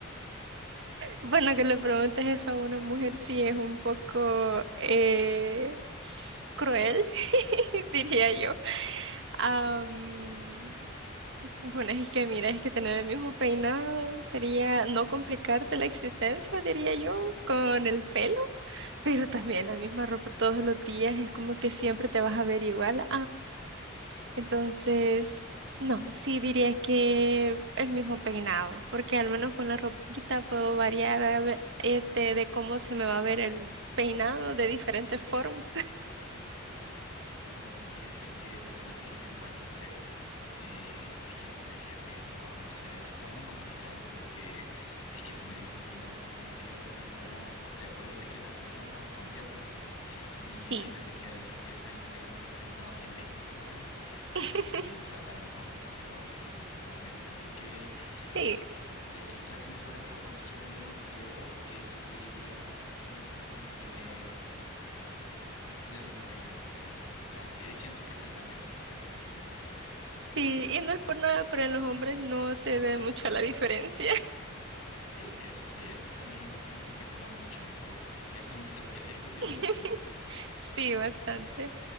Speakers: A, on the right (about 65°); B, on the left (about 90°).
A: Bueno, que le preguntes eso a una mujer sí es un poco eh, cruel, <laughs> diría yo. Am, bueno, es que mira, es que tener el mismo peinado sería no complicarte la existencia, diría yo, con el pelo, pero también la misma ropa todos los días es como que siempre te vas a ver igual. Entonces, no, sí diría que el mismo peinado, porque al menos con la ropita puedo variar a ve- este de cómo se me va a ver el peinado de diferentes formas.
B: No, fíjate que la verdad que yo igual, no sé. Eh, es que no sé, fíjate, no, no sé, está muy complicado porque es que tener el mismo peinado toda la vida también fuera, no sé, acuérdate que las modas van cambiando, ¿verdad? Y imagínate
A: Sí,
B: que en 10 años tenga el mismo peinado y en 20 igual, pero
A: <laughs>
B: es que también usar la misma ropa fuera horrible totalmente, así que
A: sí,
B: no sé, quizás me fuera por la opción menos peor que sí sería mm, tener, tener el mismo peinado, quizás. O sea, sí, siento que esa es la menos peor, honestamente.
A: sí, y no es por nada, pero en los hombres no se ve mucho la diferencia.
B: Sí, eso sí, eso también es un punto que juega mucho a mi favor. Eso no te lo voy a <laughs> discutir
A: <laughs>
B: en lo absoluto.
A: Sí, bastante.